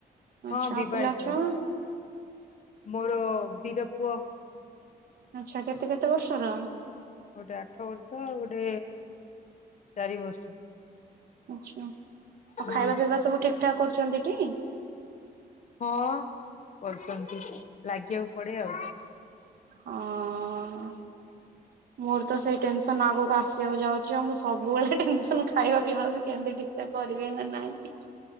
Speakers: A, on the right (about 65°); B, on the left (about 45°).
A: ଆଉ
B: ହଁ
A: ଛୁଆ
B: ବିବାହିତ
A: ପିଲା ଅଛ
B: ମୋର ଦିଟା ପୁଅ।
A: ଆଛା କେତେ କେତେ ବର୍ଷର?
B: ଗୋଟେ ଆଠ ବର୍ଷ ଆଉ ଗୋଟେ ଚାରି ବର୍ଷ।
A: ଆଛା। ଆଉ
B: ହୁଁ
A: ଖାଇବା ପିଇବା ସବୁ ଠାକ୍ ଠାକ୍ କରୁଛନ୍ତିଟି?
B: ହଁ କରୁଛନ୍ତି। ଲାଗିବାକୁ ପଡେ ଆଉ।
A: ହଁ ମୋର ତ ସେଇ ଟେନସନ୍, ଆଗକୁ ଆସିବାକୁ ଯାଉଛି। ଆଉ ମୁଁ ସବୁବେଳେ ଟେନସନ୍ ଖାଇବା ପିଇବା ସେ କେମିତି ଠିକ୍ କରିବେ ନା ନାଇଁ?